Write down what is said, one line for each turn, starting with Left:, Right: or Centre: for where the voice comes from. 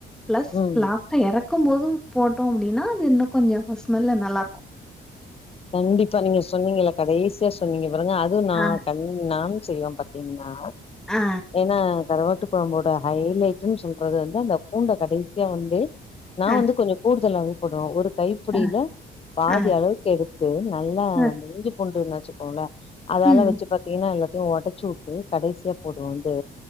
Centre: பிளஸ்
Left: ம்
Centre: லாஸ் எறக்கு போது போட்டோ அப்டின்னா அது இன்னு கொஞ்சோ ஸ்மெல்ல நல்லா இருக்கு
Left: கண்டிப்பா நீங்க சொன்னீங்கல்ல கடசியா சொன்னீங்க பாருங்க அதுவு நா
Centre: ஆ,
Left: கண் ம் நானு செய்வே பாத்தீங்கன்னா
Centre: ஆ,
Left: ஏனா கருவா ட்டு கொழம்போட ஹைலைடன்னு சொல்றது வந்து அந்த பூண்ட கடைசியா வந்து நா
Centre: அ,
Left: வந்து கொஞ்சோ கூடுதலாவே போடுவ ஒரு கைப்பிடியில
Centre: அ,
Left: பாதி
Centre: ஆ,
Left: அளவுக்கு எடு த்து நல்லா
Centre: அ,
Left: இஞ்சி பூண்டு நசுக்கோல அதால
Centre: ம்,
Left: வச்சு பாத்தீங்கன்னா எல்லாத்தையு உடைச்சு வுட் ட்டு கடைசியா போடுவோ வந்து